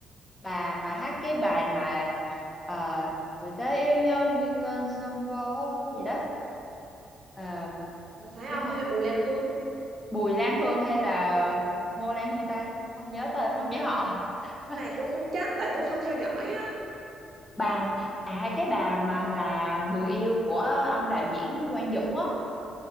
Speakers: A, on the left; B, on the right.
A: bà mà hát cái bài mà uh, người ta yêu nhau như cơn sóng vỗ gì đó Ờ,
B: Ủa, phải
A: nhớ
B: không
A: không
B: hay là Bùi Lan Hương
A: Bùi Lan Hương hay là Ngô Lan Hương ta không nhớ tên không nhớ họ
B: Cái
A: <laughs>
B: này tôi không chắc tại tôi không theo dõi á
A: bà à cái bà mà là người yêu của ông đạo diễn Quang Dũng á